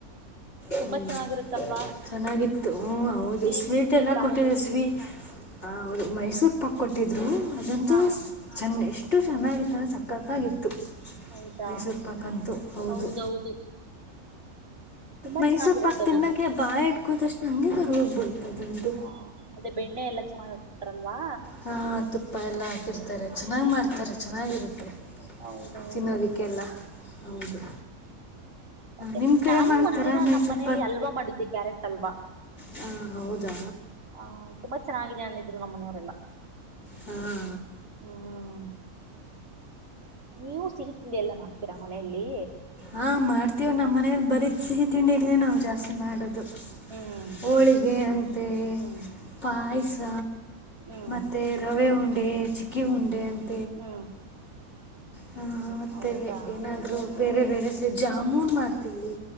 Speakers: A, on the right; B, on the left.
A: ತುಂಬಾ
B: ಹ್ಮ್
A: ಚೆನ್ನಾಗಿರುತ್ತಲ್ವಾ
B: ಚೆನ್ನಾಗಿತ್ತು ಹೂ. ಹೌದ
A: ಸಿಹಿ
B: ಸ್ವೀಟ್
A: ತಿಂಡಿ
B: ಎಲ್ಲ
A: ಖಾರ
B: ಕೊಟಿದ್ರಾ
A: ತಿಂಡಿ
B: ಸ್ವೀ. ಹಾ ಹವ್ದು ಮೈಸೂರ್ ಪಾಕ್ ಕೊಟ್ಟಿದ್ರು ಅದಂತೂ
A: ಹಾ
B: ಸ್. ಚೆನ್ನ ಎಷ್ಟು ಚೆನ್ನಾಗಿತ್ತು ಅಂದ್ರೆ ಸಕ್ಕತ್ತಾಗಿತ್ತು.
A: ಹೌದಾ
B: ಮೈಸೂರು ಪಾಕ್ಕಂತೂ ಹೌದು
A: ಹೌದೌದು ತುಂಬಾ
B: ಮೈಸೂರ್
A: ಚೆನ್ನಾಗಿರುತ್ತದು
B: ಪಾಕ್ ತಿನಕೆ ಬಾಯಿ ಇಟ್ಕುದಷ್ಟು ನಂಗಗೆಗ್ ಹೋಗ್ಬರ್ತದಂಟು
A: ಹಾ ಅದೇ ಬೆಣ್ಣೆ ಎಲ್ಲಾ ಚೆನ್ನಾಗ ಆತಿಟಾರಲ್ವಾ
B: ಹಾ ತುಪ್ಪ ಎಲ್ಲ ಹಾಕಿರ್ತಾರೆ ಚೆನ್ನಾಗಿ್ ಮಾಡ್ತಾರೆ ಚೆನ್ನಾಗಿರುತ್ತೆ
A: ಹೌದೌದು
B: ತಿನ್ನೋದಕ್ಕೆಲ್ಲ
A: ಹ್ಮ್
B: ಹೌದು
A: ಮತ್ತೆ
B: ನಿಮ್ಮ ಕಡೆ
A: ನಾನು
B: ಮಾಡ್ತಾರಾ
A: ಒಂದ ದಿನ
B: ಮೈಸೂರು
A: ನಮ್ಮ್ನಲಿ ಅಲ್ವಾ ಮಾಡಿದ್ದೆ ಕ್ಯಾರೆಟ್ ಹಲ್ವಾ
B: ಹಾ ಹೌದಾ
A: ಹ ತುಂಬಾ ಚೆನ್ನಾಗಿದೆ ಅಂದಿದ್ರು ನಮ್ಮ ಮನೆಯವರೆಲ್ಲಾ
B: ಹಾ
A: ಹ್ಮ್ ನೀವು ಸಿಹಿ ತಿಂಡಿ ಎಲ್ಲ ಮಾಡ್ತೀರಾ ಮನೆಯಲ್ಲಿ
B: ಹಾ ಮಾಡ್ತೀವ ನಮ್ಮ ಮನೇಲಿ ಬರೀ ಸಿಹಿ ತಿಂಡಿಗ್ಲೇ ನಾವು ಜಾಸ್ತಿ ಮಾಡೋದು
A: ಹ್ಮ್
B: ಹಳಿಗೆ ಅನ್ಂತೆ
A: ಹ್ಮ್
B: ಪಾಯಸ
A: ಹ್ಮ್
B: ಮತ್ತೆ ರವೆ ಉಂಡೆ ಚಿಕ್ಕಿ ಉಂಡೆ ಅಂತ
A: ಹ್ಮ
B: ಹ ಮತ್ತೆ
A: ಹೌದಾ
B: ಏನಾದ್ರು ಬೇರೆ ಬೇರೆ ಸ ಜಾಮೂನ್ ಮಾಡ್ತೀವಿ